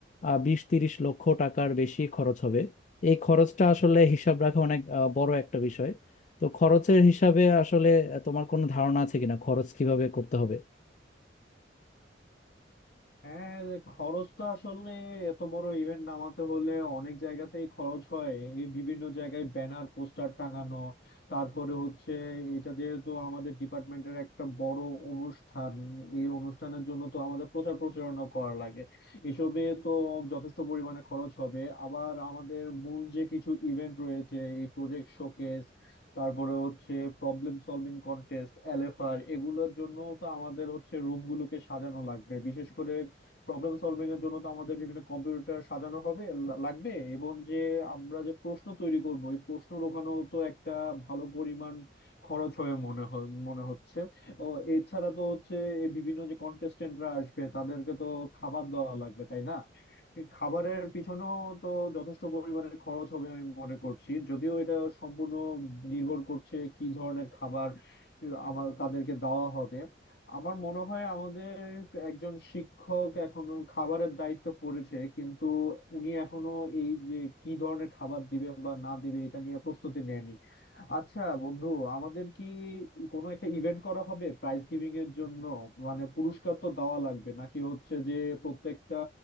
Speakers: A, on the left; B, on the left.
A: আহ, বিশ তিরিশ লক্ষ টাকার বেশি খরচ হবে এই খরচটা আসলে হিসাব রাখা অনেক আহ, বড় একটা বিষয় তো খরচের হিসাবে আসলে আহ, তোমার কোনো ধারণা আছে কিনা খরচ কিভাবে করতে হবে
B: হ্যাঁ যে খরচ তো আসলে এত বড় ইভেন্ট নামাতে হলে অনেক জায়গাতেই খরচ হয় এই বিভিন্ন জায়গায় ব্যানার পোস্টার টাঙানো তারপরে হচ্ছে এটা যেহেতু আমাদের ডিপার্টমেন্টের একটা বড় অনুষ্ঠান এই অনুষ্ঠানের জন্য তো আমাদের প্রচার প্রচারণা করা লাগে এসবে তো যথেষ্ট পরিমাণে খরচ হবে আবার আমাদের মূল যে কিছু ইভেন্ট রয়েছে এই প্রজেক্ট শোকেস তারপরে হচ্ছে প্রবলেম সলভিং কন্টেস্ট এলএফআর এগুলোর জন্য তো আমাদের হচ্ছে রুম গুলোকে সাজানো লাগবে বিশেষ করে প্রবলেম সলভিং এর জন্য তো আমাদের বিভিন্ন কম্পিউটার সাজানো হবে লা- লাগবে এবং যে আমরা যে প্রশ্ন তৈরি করব এই প্রশ্ন ওখানেও তো একটা ভালো পরিমাণ খরচ হয়ে মনে হয় মনে হচ্ছে ও এছাড়া তো হচ্ছে এই বিভিন্ন যে কন্টেস্টেন্টরা আসবে তাদেরকে তো খাবার দেওয়া লাগবে তাই না এই খাবারের পিছনেও তো যথেষ্ট পরিমাণে খরচ হবে আমি মনে করছি যদিও এটা সম্পূর্ণ নির্ভর করছে কি ধরনের খাবার আমার তাদেরকে দেওয়া হবে আমার মনে হয় আমাদের একজন শিক্ষক এখন খাবারের দায়িত্ব পড়েছে কিন্তু উনি এখনো এই যে কি ধরনের খাবার দিবে বা না দিবে এটা নিয়ে প্রস্তুতি নেয়নি আচ্ছা বন্ধু আমাদের কি কোনো একটা ইভেন্ট করা হবে প্রাইজ গিভিং এর জন্য মানে পুরস্কার তো দেওয়া লাগবে নাকি হচ্ছে যে প্রত্যেকটা